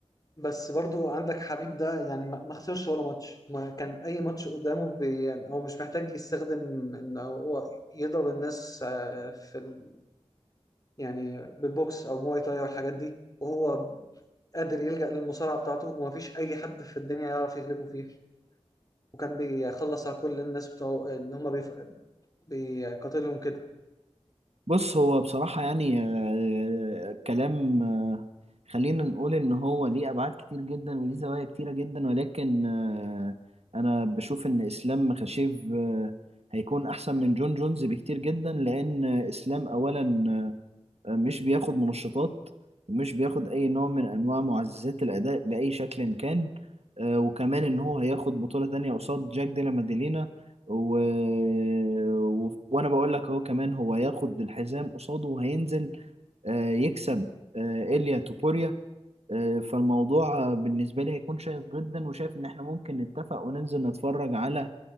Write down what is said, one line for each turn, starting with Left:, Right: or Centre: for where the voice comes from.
Left: بس برضو عندك حبيب ده يعني ما ما خسرش ولا ماتش ما كان اي ماتش قدامه بي يعني هو مش محتاج يستخدم ان هو يضرب الناس آه، في ال... يعني بالبوكس او مواي تاي او الحاجات دي وهو قادر يلجأ للمصارعه بتاعته وما فيش اي حد في الدنيا يعرف يغلبه فيها وكان بيخلص على كل الناس بتوع اللي هم بيف... بيقاتلهم كده
Right: بص هو بصراحة يعني آه، كلام آه، خلينا نقول إن هو ليه أبعاد كتير جدا وليه زوايا كتيرة جدا ولكن آه، أنا بشوف إن إسلام خشيف آه، هيكون أحسن من جون جونز بكتير جدا لأن إسلام أولا آه، مش بياخد منشطات ومش بياخد أي نوع من أنواع معززات الأداء بأي شكل كان آه، وكمان إن هو هياخد بطولة تانية قصاد جاك ديلا ماديلينا و... و... وأنا بقول لك أهو كمان هو هياخد الحزام قصاده وهينزل آه، يكسب آه، إيليا توبوريا آه، فالموضوع آه، بالنسبة لي هيكون شيق جدا وشايف إن إحنا ممكن نتفق وننزل نتفرج على